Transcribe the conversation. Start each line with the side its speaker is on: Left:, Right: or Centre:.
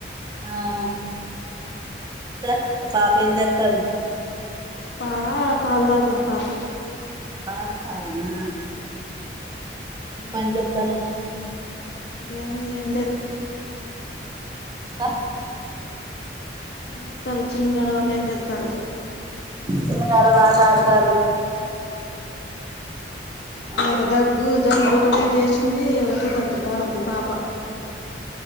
Right: ఆహ్ ఇంకా మీ పాపెంజేత్తాంది.
Left: పా పాలు తాగుతుంది పాప.
Right: ఆహ్ అట్లనా.
Left: ఉమ్.
Right: ఏంజేత్తున్నావ్.
Left: ఏం చేయలేను
Right: ఇంకా
Left: <unintelligible> ఏం జేత్తారు చిన్నుగాడు వాల్లు ఏంజేతారు.
Right: చిన్నగాడోళ్ళు ఆట ఆడతారు ఆ
Left: మా ఒక దగ్గు. జలుబు ఒకటే చేసింది. ఒకటే దగ్గుతా ఉంది పాప.